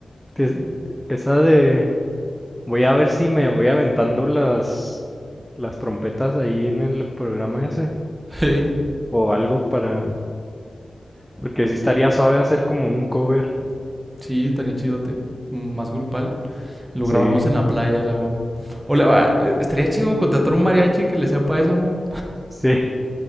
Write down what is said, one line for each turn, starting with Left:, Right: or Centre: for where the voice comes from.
Centre: te-
Right: <laughs>
Centre: esa de Voy a ver si me voy aventando las, las trompetas ahí en el programa ese
Right: Hey,
Centre: o algo para... Porque sí estaría suave hacer como un cover.
Right: sí, estaría chidote. Más grupal. Lo
Centre: Sí,
Right: grabamos en la playa, la guama. O la estaría chido contratar un mariachi que le sepa eso, ¿no?
Centre: sí.